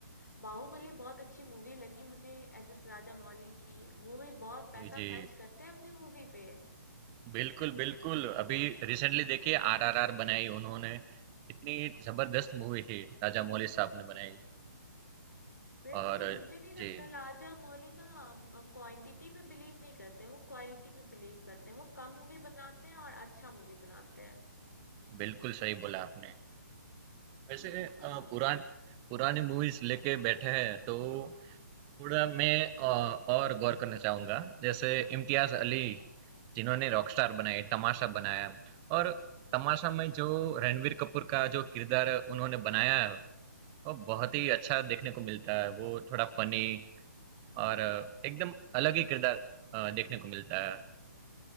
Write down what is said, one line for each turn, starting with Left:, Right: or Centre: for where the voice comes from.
Left: बाहुबली बहुत अच्छी मूवी लगी मुझे एस एस राजा मौली की वो भी बहुत पैसा
Right: जी, जी।
Left: खर्च करते हैं अपनी मूवी पे
Right: बिल्कुल, बिल्कुल। अभी रिसेंटली देखिए आरआरआर बनाई उन्होंने, कितनी ज़बरदस्त मूवी थी राजा मौली साहब ने बनाई।
Left: बिल्कुल
Right: और
Left: मुझे नहीं लगता
Right: जी,
Left: राजा मौली ना क्वांटिटी पे बिलीव नहीं करते हैं, वो क्वालिटी पे बिलीव करते हैं वो कम मूवी बनाते हैं और अच्छा मूवी बनाते हैं
Right: बिल्कुल सही बोला आपने। वैसे अ,
Left: हाँ
Right: पुरान पुरानी मूवीज़ लेके बैठे हैं तो थोड़ा मैं अ, और गौर करना चाहूँगा। जैसे इम्तियाज़ अली जिन्होंने रॉकस्टार बनाए, तमाशा बनाया और तमाशा में जो रणबीर कपूर का जो किरदार उन्होंने बनाया है, वो बहुत ही अच्छा देखने को मिलता है। वो थोड़ा फ़नी और अ, एकदम अलग ही किरदार अ, देखने को मिलता है।